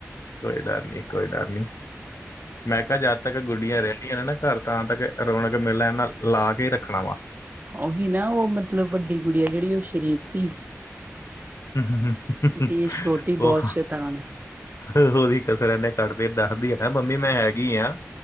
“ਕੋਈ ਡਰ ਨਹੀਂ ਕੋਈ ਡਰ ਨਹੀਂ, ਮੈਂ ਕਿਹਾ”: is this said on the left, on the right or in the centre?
Left